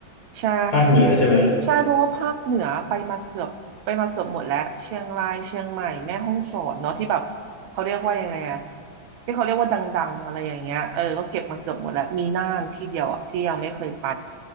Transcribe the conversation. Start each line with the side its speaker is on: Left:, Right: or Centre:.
Right: ใช่
Left: ภาคเหนือใช่ไหม
Right: ใช่เพราะว่าภาคเหนือไปมาเกือบไปมาเกือบหมดแล้วเชียงรายเชียงใหม่แม่ฮ่องสอนเนาะที่แบบเขาเรียกว่ายังไงอะที่เขาเรียกว่าดังๆอะไรอย่างเงี้ยเออก็เก็บมาเกือบหมดแล้วมีน่านที่เดียวอะที่ยังไม่เคยไป